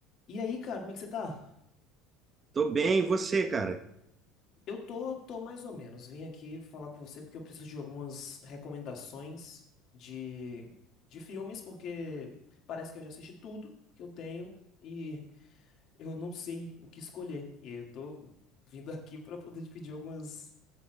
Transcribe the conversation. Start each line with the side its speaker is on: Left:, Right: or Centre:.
Left: E aí, cara, como é que você tá?
Right: Tô bem, e você, cara?
Left: Eu tô, tô mais ou menos. Vim aqui falar com você porque eu preciso de algumas recomendações de, de filmes, porque parece que eu já assisti tudo que eu tenho e eu não sei o que escolher. E aí eu tô vindo aqui pra poder te pedir algumas,